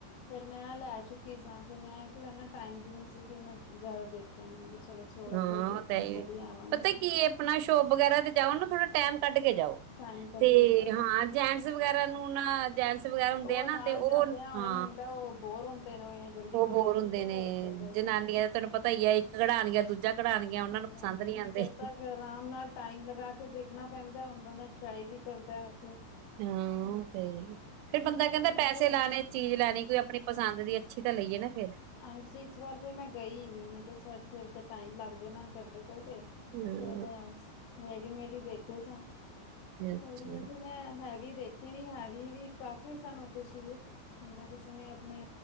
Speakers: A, on the left; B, on the right.
A: ਫੇਰ ਮੈਂ ਲੈ ਚੁੱਕੀ ਸਾਂ ਫੇਰ ਮੈਂ ਇਹ ਕੋਲ ਇਨਾ ਟਾਈਮ ਵੀ ਨੀ ਸੀ ਫੇਰ ਮੈਂ ਜ਼ਿਆਦਾ ਦੇਖ। ਕਿਹਾ ਚਲੋ ਛੋੜੋ,
B: ਹਾਂ
A: ਫੇਰ ਦੇਖ
B: ਉਹ ਤਾਂ
A: ਮੈਂ
B: ਹੈ ਹੀ
A: ਕਦੀ ਆਵਾਂਗੇ।
B: ਪਤਾ ਕੀ ਹੈ ਆਪਣਾ ਸ਼ੋਪ ਵਗੈਰਾ ਤੇ ਜਾਓ, ਨਾ ਥੋੜਾ ਟੈਮ ਕੱਢ ਕੇ ਜਾਓ
A: ਟਾਈਮ ਕੱਢ
B: ਤੇ
A: ਕੇ ਜਾਓ
B: ਹਾਂ। ਜੈਂਟਸ ਵਗੈਰਾ ਨੂੰ ਨਾ ਡਾਂਸ ਵਗੈਰਾ ਹੁੰਦੇ
A: ਉਹ
B: ਆ ਨਾ
A: ਨਾਲ
B: ਤੇ ਉਹ
A: ਜਾਂਦੇ ਆ ਉਹਨਾ
B: ਹਾਂ
A: ਨੂੰ ਹੁੰਦਾ ਉਹ ਬੋਰ ਹੁੰਦੇ ਨੇ। ਜਲਦੀ
B: ਉਹ
A: ਕਰੋ
B: ਹੋਰ
A: ਜਲਦੀ
B: ਹੁੰਦੇ
A: ਕਰੋ
B: ਨੇ
A: ਤੇ ਬਸ
B: ਜਨਾਨੀਆਂ ਦਾ ਤੁਹਾਨੂੰ ਪਤਾ ਈ ਐ। ਇੱਕ ਘੜਾਉਣ ਗਿਆ ਦੂਜਾ ਕੜਾਉਣਗੀਆਂ
A: ਜਦ
B: ਉਹਨਾਂ ਨੂੰ ਪਸੰਦ ਨੀ ਆਂਦੇ।
A: ਤੱਕ ਆਰਾਮ ਨਾਲ ਟਾਈਮ ਲਗਾ ਕੇ ਦੇਖਣਾ ਪੈਂਦਾ। ਹੁਣ ਬੰਦਾ ਟਰਾਈ ਵੀ ਕਰਦਾ ਓਥੇ।
B: ਹਾਂ ਤੇਹੀ ਫਿਰ ਬੰਦਾ ਕਹਿੰਦਾ
A: ਮੈਂ
B: ਪੈਸੇ
A: ਤੇ
B: ਲਾਣੇ, ਚੀਜ਼ ਲੈਣੀ ਕੋਈ ਆਪਣੀ ਪਸੰਦ ਦੀ। ਅੱਛੀ ਤਾਂ ਲਈਏ ਨਾ ਫ਼ਿਰ।
A: ਅ ਵ ਫਿਰ ਮੈਂ ਗਈ ਨੀ ਮੈਂ ਕਿਹਾ ਫਿਰ ਟਾਈਮ ਲੱਗ ਜਾ ਕਰਦੇ, ਕਰਦੇ।
B: ਹੂੰ
A: ਉਹ ਰੇਡੀਮੇਡ ਹੀ ਦੇਖੇ ਸਾ।
B: ਅੱਛਾ
A: ਰੇਡੀਮੇਟ ਮੈਂ ਹੈਵੀ ਦੇਖੀ ਨੀ, ਹੈਵੀ ਵੀ ਕਾਫੀ ਸਨ ਓਥੇ ਸੂਟ। ਜਿਨਾ ਕਿਸੇ ਨੇ ਆਪਣੇ